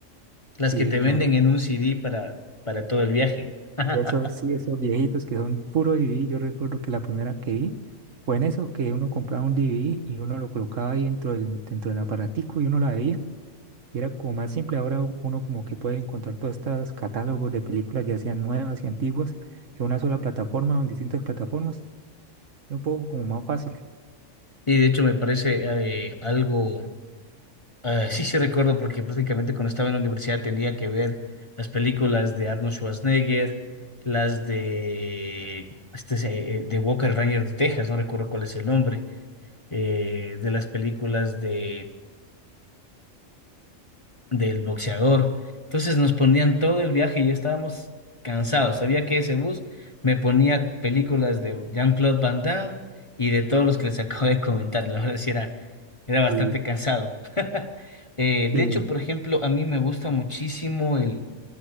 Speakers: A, on the left; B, on the right.
A: las
B: Sí,
A: que te
B: claro.
A: venden en un CD para, para todo el viaje.
B: Y Eso,
A: <laughs>
B: sí, esos viejitos que son puro DVD. Yo recuerdo que la primera que vi fue en eso, que uno compraba un DVD y uno lo colocaba ahí dentro del, dentro del aparatico y uno la veía. Y era como más simple. Ahora u- uno como que puede encontrar todos estos catálogos de películas, ya sean nuevas y antiguas, en una sola plataforma o en distintas plataformas. Es un poco como más fácil.
A: Y de hecho me parece eh, algo. Eh, sí, sí recuerdo porque prácticamente cuando estaba en la universidad tenía que ver las películas de Arnold Schwarzenegger, las de este es, eh, eh, de Walker Ranger de Texas, no recuerdo cuál es el nombre, eh, de las películas de, del boxeador. Entonces nos ponían todo el viaje y ya estábamos cansados. Sabía que ese bus me ponía películas de Jean-Claude Van Damme y de todos los que les <laughs> acabo de comentar. La verdad sí era, era bastante
B: Sí,
A: cansado. <laughs> Eh,
B: sí.
A: de hecho, por ejemplo, a mí me gusta muchísimo el,